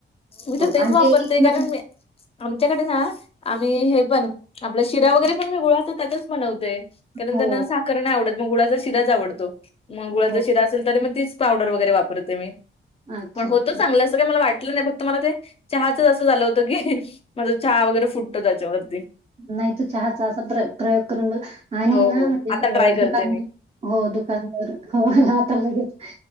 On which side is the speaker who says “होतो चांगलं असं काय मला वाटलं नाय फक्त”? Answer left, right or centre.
Left